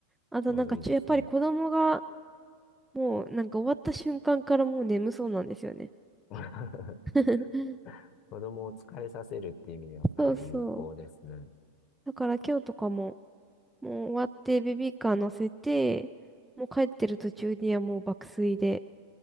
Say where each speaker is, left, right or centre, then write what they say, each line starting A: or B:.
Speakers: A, in the centre; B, on the left.
A: あとなんかちょ、
B: ょうどいいですね。
A: やっぱり子供が、もうなんか終わった瞬間からもう眠そうなんですよね。
B: <laughs>
A: <laughs>
B: 子供を疲れさせるっていう意味ではかなり有効ですね。
A: そうそう。だから今日とかも、もう終わってベビーカー乗せて、もう帰ってる途中にはもう爆睡で。